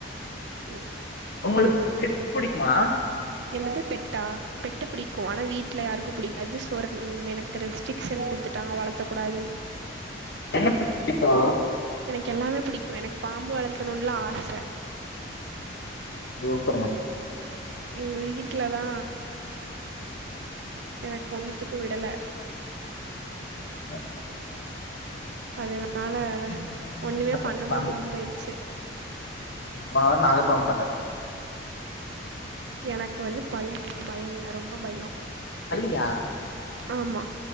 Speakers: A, on the right; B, on the left.
A: ம்
B: உங்களுக்கு பெட்ஸ் புடிக்குமா?
A: என்னது பெட்டா பெட்டு பிடிக்கு ஆனா வீட் ல யாருக்கு பிடிக்காது சோரன் எனக்கு ரெஸ்ட்ரிக்ஷன் குடுத்துட்டாங்க வளத்தக்கூடாதுன்
B: என்ன பெட் புடிக்கு
A: எனக்கு எல்லாமே புடிக்கு எனக்கு பாம்பு வளத்தனூன்லா ஆச
B: சூப்பருங்க
A: எங்க வீட் ல தா எனக்கு ஒன்னுத்துக்கு விடல
B: அ
A: அதனால
B: நா பாத்தே போன
A: ஒண்ணுமே
B: வார பாத்தே
A: பண்ண
B: பாம்பு
A: முடியாம போயிருச்சு
B: போன வார நாகப்பாம் பாத்தே
A: எனக்கு வந்து பல்லினா பயொங்க ரொம்ப பயோ
B: பல்லியா
A: ஆமா